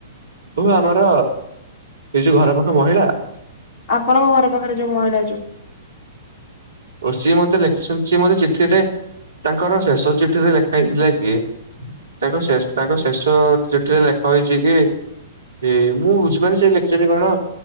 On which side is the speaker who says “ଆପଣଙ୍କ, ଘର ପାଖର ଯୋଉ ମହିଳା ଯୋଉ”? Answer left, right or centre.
Left